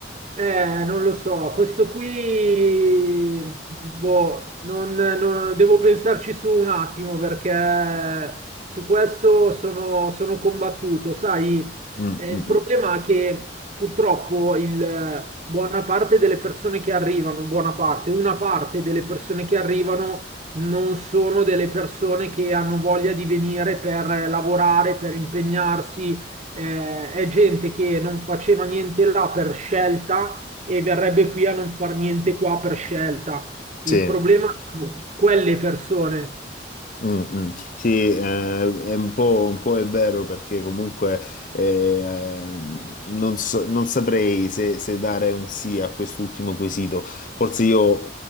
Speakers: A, on the right; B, on the left.
A: Eh, non lo so, questo qui, boh, non, non- devo pensarci su un attimo perché su questo sono, sono combattuto. Sai,
B: Mm,
A: eh,
B: mm,
A: il problema
B: mm.
A: è che purtroppo il- buona parte delle persone che arrivano, buona parte, una parte delle persone che arrivano non sono delle persone che hanno voglia di venire per lavorare, per impegnarsi eh, è gente che non faceva niente là per scelta e verrebbe qui a non far niente qua per scelta. Il
B: Sì.
A: problema sono quelle persone
B: Mm, mm. Sì, eh, è un po', un po' è vero perché comunque eh, ehm, non so- non saprei se, se dare un sì a quest'ultimo quesito. Forse io